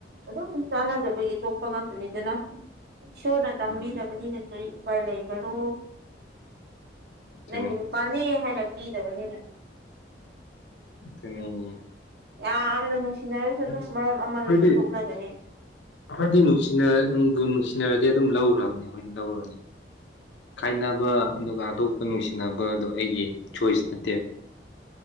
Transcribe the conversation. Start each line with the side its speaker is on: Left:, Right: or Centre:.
Right: ꯑꯗꯨꯝ ꯆꯥꯟꯅꯗꯕꯒꯤ ꯇꯣꯛꯄ ꯉꯥꯛꯇꯅꯤꯗꯅ ꯏꯁ ꯏꯁꯣꯔꯅ ꯇꯝꯕꯤꯔꯕꯅꯤꯅ
Left: ꯎꯝ
Right: ꯀꯔꯤ ꯎꯄꯥꯏ ꯂꯩꯕꯅꯣ
Left: ꯑꯗꯨꯅꯤ
Right: ꯅꯪꯒꯤ ꯅꯨꯄꯥꯅꯦ ꯍꯥꯏꯅ ꯄꯤꯗꯕꯅꯤꯅ
Left: ꯑꯗꯨꯅꯤ
Right: ꯌꯥꯝꯅ ꯅꯨꯡꯁꯤꯅꯔꯁꯨ ꯑꯗꯨꯝ
Left: ꯑꯩꯈ‌ꯣꯏꯗꯤ
Right: ꯃꯔꯝ ꯑꯃꯗ ꯑꯗꯨꯝ ꯇꯣꯛꯅꯒꯅꯤ
Left: ꯑꯩꯈ‌ꯣꯏꯗꯤ ꯅꯨꯡꯁꯤꯅ ꯅꯪꯕꯨ ꯅꯨꯡꯁꯤ ꯁꯤꯟꯅꯔꯗꯤ ꯑꯗꯨꯝ ꯂꯧꯈ꯭ꯔꯕꯅꯦ ꯑꯩꯈꯣꯏꯅ ꯂꯧꯔꯅꯤ ꯈꯥꯏꯅꯕ ꯑꯗꯨꯒ ꯅꯨꯡꯁꯤꯅꯕꯗꯣ ꯑꯩꯒꯤ ꯆꯣꯏꯁ ꯅꯠꯇꯦꯕ